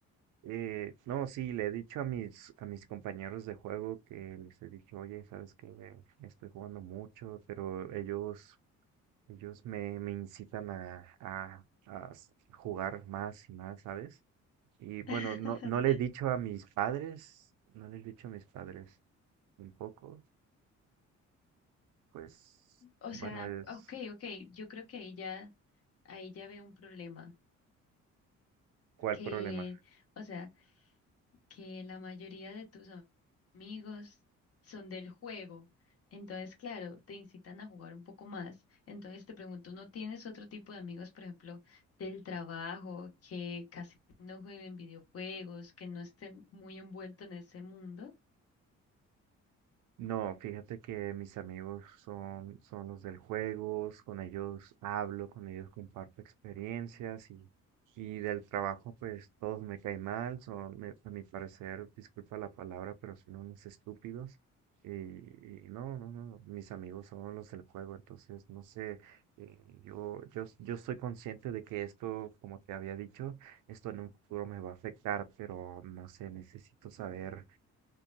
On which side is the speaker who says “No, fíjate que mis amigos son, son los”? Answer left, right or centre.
Right